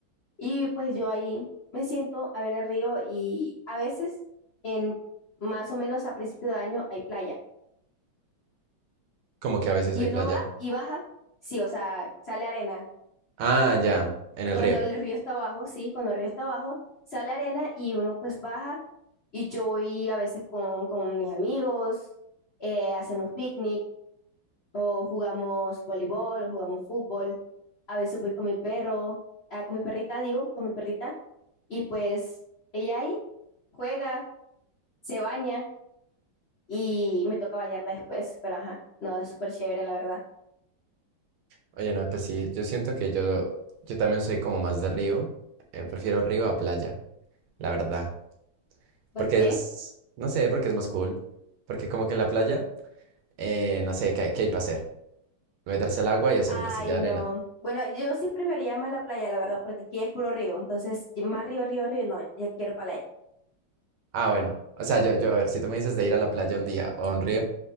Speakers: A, on the left (about 60°); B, on the right (about 90°).
A: y pues yo ahí me siento a ver el río y a veces en más o menos a principio de año hay playa
B: Como que a veces
A: y
B: hay
A: uno
B: playa.
A: va y baja, sí, o sea, sale arena.
B: Ah, ya, en el
A: Cuando
B: río.
A: el río está abajo, sí, cuando el río está abajo, sale arena y uno pues baja y yo voy a veces con, con mis amigos, eh, hacemos picnic o jugamos voleibol, o jugamos fútbol. A veces voy con mi perro, ah, con mi perrita, digo, con mi perrita, y pues ella ahí juega, se baña y me toca bañarla después, pero ajá, no, es súper chévere, la verdad.
B: Oye, no, pues sí, yo siento que yo, yo también soy como más de río. Eh, prefiero río a playa, la verdad.
A: ¿Por
B: Porque
A: qué?
B: es, no sé, porque es más cool. Porque como que en la playa, eh, no sé, ¿qué, hay- qué hay para hacer? Meterse al agua y hacer
A: Ay,
B: un castillo de arena.
A: no. Bueno, yo sí preferiría más la playa, la verdad, porque aquí es puro río, entonces y más río, río, río, no, ya quiero playa.
B: Ah, bueno. O sea, yo, yo, a ver, si tú me dices de ir a la playa un día o a un río,